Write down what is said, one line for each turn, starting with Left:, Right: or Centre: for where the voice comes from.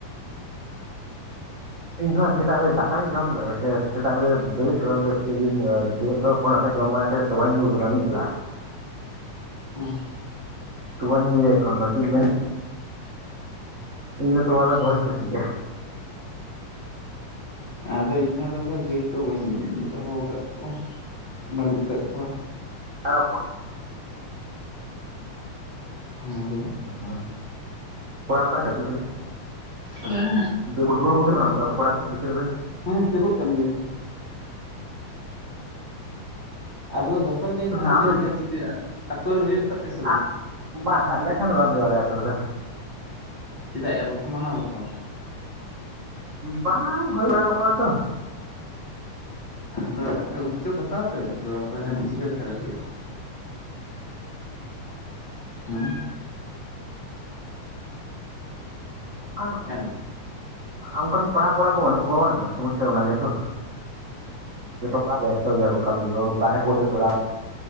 Right: ᱤᱧᱦᱚᱸ ᱥᱮᱛᱟᱜ ᱵᱮᱨ ᱫᱟᱠᱟᱧ ᱡᱚᱢ ᱟᱠᱟᱫᱟ ᱥᱮᱛᱟᱜ ᱵᱮ ᱵᱮᱨᱮᱫ ᱛᱚᱨᱟ, ᱵᱮᱨᱮᱫ ᱛᱚᱨᱟ <unintelligible> ᱥᱮᱫ ᱡᱚᱢ ᱵᱟᱲᱟ ᱠᱟᱛᱮᱫ ᱛᱚᱣᱟᱹᱧ ᱧᱩ ᱟᱠᱟᱫᱟ ᱢᱤᱫ ᱜᱞᱟᱥ᱾
Left: ᱦᱚᱸ
Right: ᱛᱚᱣᱟᱧ ᱧᱩᱭ ᱫᱟ ᱮᱠᱷᱚᱱ ᱫᱚ ᱪᱮᱫ ᱤᱧ ᱢᱮᱱᱟ᱾ ᱤᱧᱫᱚ ᱛᱚᱣᱟ
Left: ᱦᱮᱸ
Right: ᱫᱚᱢᱮᱧ ᱠᱩᱥᱤᱭᱟᱜᱼᱟ᱾
Left: ᱟᱫᱚ ᱤᱧᱦᱚ ᱫᱚ ᱚᱱᱠᱟ ᱜᱟᱹᱭ ᱠᱚ ᱵᱟᱹᱧ ᱫᱚᱦᱚ ᱟᱠᱟᱫ ᱠᱚᱣᱟ᱾ ᱵᱟᱹᱱᱩᱜ ᱟᱠᱟᱫ ᱠᱚᱣᱟ᱾
Right: <unintelligible>
Left: ᱦᱮᱸ ᱞᱟᱹᱭ ᱢᱮ᱾
Right: ᱚᱸ <unintelligible>
Left: <unintelligible>
Right: ᱯᱷᱩᱴᱵᱚᱞ ᱠᱚ ᱠᱷᱮᱞ ᱠᱟᱱᱟ ᱟᱛᱩ ᱠᱚᱲᱟ ᱠᱚ ᱵᱤᱠᱮᱞ ᱵᱮᱞᱟ?
Left: ᱦᱮᱸ ᱠᱷᱮᱞᱚᱜ ᱠᱟᱱ ᱜᱮᱭᱟ ᱠᱚ᱾ ᱟᱫᱚ ᱜᱟᱯᱟ ᱫᱚᱭᱟ
Right: ᱟᱢ
Left: ᱛᱟᱦᱚᱞᱮ ᱪᱮᱫ
Right: ᱫᱚᱢ
Left: ᱞᱮᱠᱟ
Right: ᱪᱤᱠᱟᱹᱭᱟ
Left: ᱪᱤᱠᱟᱹᱜᱟ, ᱟᱹᱛᱩ ᱨᱮ ᱦᱩᱭᱩᱜ ᱛᱟᱯᱮᱭᱟ ᱥᱮ
Right: ᱟᱜ
Left: ᱵᱟᱝ?
Right: ᱵᱟᱝ ᱟᱞᱮ ᱴᱷᱮᱱ ᱫᱚ ᱵᱟᱝ ᱦᱩᱭᱩᱜᱼᱟ ᱟᱞᱮ ᱟᱹᱛᱩ ᱨᱮᱫᱚ᱾
Left: ᱪᱮᱫᱟᱜ ᱭᱟ ᱵᱟᱯᱮ ᱢᱟᱱᱟᱣ ᱵᱟᱛᱟᱣᱟ?
Right: ᱵᱟᱝ ᱦᱩᱭ ᱵᱟᱲᱟᱣ ᱟᱠᱟᱱᱟ ᱛᱚ᱾
Left: ᱟᱫᱚ ᱟᱯᱮ ᱩᱫᱽᱡᱳᱜᱽ ᱦᱟᱛᱟᱣ ᱯᱮ ᱟᱯᱮ ᱠᱷᱟᱱ ᱫᱚ ᱪᱮᱫ ᱞᱮᱠᱟᱨᱮ ᱦᱩᱭᱩᱜᱼᱟ᱾ ᱦᱮᱸ
Right: ᱚᱱᱠᱟᱱ
Left: ᱠᱟᱱᱟ
Right: ᱚᱱᱠᱟᱱ ᱯᱟᱲᱦᱟᱜ ᱠᱚᱲᱟ ᱠᱚ ᱵᱟᱹᱱᱩᱜ ᱠᱚᱣᱟ ᱵᱟᱝ ᱥᱚᱢᱚᱥᱥᱟ ᱚᱱᱟ ᱜᱮᱛᱚ᱾ ᱡᱚᱛᱚ ᱠᱚᱲᱟ ᱵᱮᱥᱛᱚ ᱜᱮᱭᱟ ᱠᱚ ᱠᱟᱹᱢᱤ ᱠᱚ ᱵᱟᱨᱦᱮ ᱠᱚ ᱫᱟᱹᱲ ᱵᱟᱲᱟᱣ